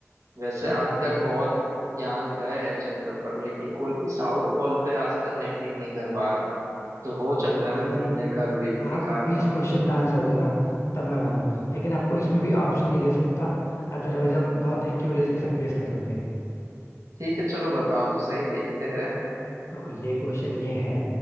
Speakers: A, on the right; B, on the left.
A: वैसे
B: हम्म
A: आज तक बहुत यान गए हैं चंद्र पर लेकिन कोई भी साउथ पोल पे आज तक लैंडिंग नहीं कर पाया था तो वो चंद्रयान
B: कोई बात
A: तीन
B: नहीं
A: ने कर भी दिखाया
B: आप
A: था
B: इस क्वेश्चन का आंसर दो ना तब मैं मानू लेकिन आपको इसमें भी ऑप्शन नहीं दे सकता अदरवाइज आप बहुत एक्यूरेसी के साथ गेस कर लोगे
A: ठीक है चलो बताओ तो सही देखते हैं
B: तो ये क्वेश्चन ये है